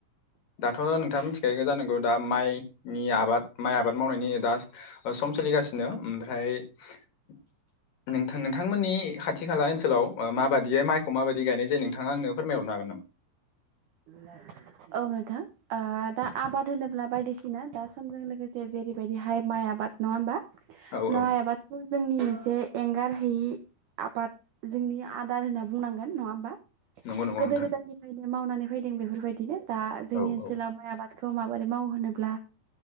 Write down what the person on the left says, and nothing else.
दाथ' नोंथाङा मिथि खागौ जानांगौ दा माइनि आबाद माइ आबाद मावनायनि दा सम सोलिगासिनो ओमफ्राय <unintelligible> नोंथां नोंथांमोननि खाथि खाला ओनसोलाव माबायदियै माइखौ माबायदि गायनाय जायो नोंथाङा आंनो फोरमाय हरनो हागोन नामा?
औ
औ
नंगौ नंगौ
नोंथां
औ
औ